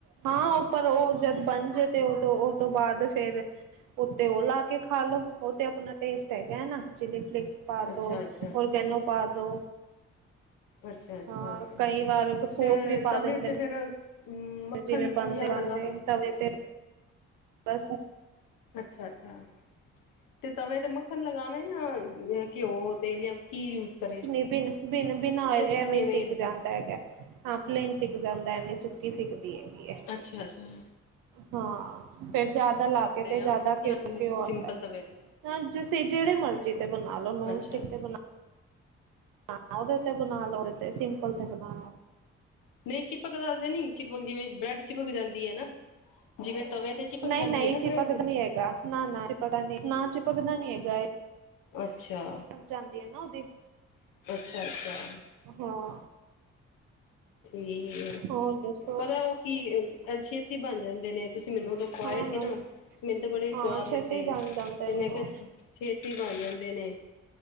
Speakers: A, on the right (about 75°); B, on the left (about 75°).
A: ਹਾਂ, ਉਹ ਪਰਰ ਉਹ ਜਦ ਬਣ ਜੇ, ਤੇ ਉਹ- ਉਹ ਤੋਂ ਬਾਅਦ ਫਿਰ ਉੱਤੇ ਉਹ ਲਾਕੇ ਖਾਲੋ, ਉਹ ਤੇ ਆਪਣਾ ਟੇਸਟ ਹੈਗਾ ਹੈ ਨਾ, ਚਿਲੀ ਫਲੇਕਸ ਪਾਦੋ,
B: ਅੱਛਾ ਅੱਛਾ
A: ਔਰਗੈਨੋ ਪਾਦੋ।
B: ਅੱਛਾ ਅੱਛਾ
A: ਹਾਂ, ਕਈ ਵਾਰ ਸੋਸ
B: ਤੇ
A: ਵੀ ਪਾ
B: ਤਵੇ
A: ਦਿੰਦੇ
B: ਤੇ
A: ਨੇ।
B: ਫਿਰ ਮੱਖਣ
A: ਜਿਵੇਂ ਬਣਦੇ-
B: ਜਾਂ
A: ਬਣਦੇ
B: ਲਗਾ
A: ਤਵੇ ਤੇ, ਬਸ।
B: ਅੱਛਾ-ਅੱਛਾ, ਤੇ ਤਵੇ ਤੇ, ਮ ਮੱਖਣ ਲਗਾਨਣਾ ਜਾਂ ਘਿਓ, ਤੇਲ ਯਾ, ਕੀ ਯੂਜ ਕਰੇ।
A: ਬੀਨ-ਬੀਨ ਬਿਨਾਂ,
B: ਜਾਂ
A: ਐਵੇਂ
B: ਸੁੱਕੇ
A: ਹੀ ਸਿੱਕ
B: ਮੇਡ
A: ਜਾਂਦਾ ਹੈਗਾ, ਹਾਂ ਪਲੇਨ ਸਿੱਕ ਜਾਂਦਾ, ਐਵੇਂ ਸੁੱਕੀ ਸਿੱਕ ਤੇ ਹੈਗੀ ਆ
B: ਅੱਛਾ-ਅੱਛਾ।
A: ਹਾਂ, ਫੇਰ ਜਿਆਦਾ ਲਾਕੇ ਤੇ
B: ਜਾਂ
A: ਜਿਆਦਾ
B: ਜਾਂ
A: ਘਿਉ, ਘਿਉ ਆਂਦੈ।
B: ਸਿੰਪਲ ਤਵੇ ਤੇ
A: ਹ ਜਸੀਂ ਜਿਹੜੇ ਮਰਜ਼ੀ ਤੇ ਬਣਾਲੋ। ਨੋਨ
B: ਅੱਛਾ
A: ਸਟੀਕ ਤੇ ਬ ਹਾਂ ਉਹਦੇ ਤੇ ਬਣਾਲੋ, ਨਹੀਂ ਤੇ ਸਿੰਪਲ ਤੇ ਬਣਾਲੋ।
B: ਨਹੀਂ, ਚੀਪਕਦਾ ਤੇ ਨਹੀ? ਚੀਪਕ ਜਿਵੇਂ ਬ੍ਰੈਡ ਚਿਪਕ ਜਾਂਦੀ ਹੈ ਨਾ, ਜਿਵੇਂ ਤਵੇ ਤੇ ਚਿਪਕ
A: ਨਹੀਂ-ਨਹੀਂ
B: ਜਾਂਦੀ ਹੈ ਨਾ ਬ੍ਰੈਡ
A: ਚਿਪਕਦਾ ਨਹੀਂ ਹੈਗਾ ਨਾ-ਨਾ ਚਿਪਕ ਨਾ ਚਿਪਕਦਾ ਨਹੀਂ ਹੈਗਾ ਏ।
B: ਅੱਛਾ।
A: ਜਾਂਦੀ ਏ ਨਾ ਉਦੀ।
B: ਅੱਛਾ-ਅੱਛਾ।
A: ਹਾਂ।
B: ਠੀਕ ਏ,
A: ਹੋਰ ਦੱਸੋ
B: ਪਤਾ ਉਹ ਕੀ, ਛੇਤੀ ਬਣ ਜਾਂਦੇ ਨੇ। ਤੁਸੀਂ ਮੈਨੂੰ ਉਹਦੋਂ ਖਵਾਏ
A: ਹਾਂ
B: ਸੀ ਨਾ, ਮੈਨੂੰ ਤਾਂ ਬੜੇ ਹੀ
A: ਹਾਂ
B: ਸਵਾਦ
A: ਛੇਤੀ
B: ਲੱਗੇ।
A: ਬਣ ਜਾਂਦੇ
B: ਤੇ ਮੈਂ,
A: ਨੇ ਉਹ
B: ਕਿਹਾ ਛੇਤੀ ਬਣ ਜਾਂਦੇ ਨੇ।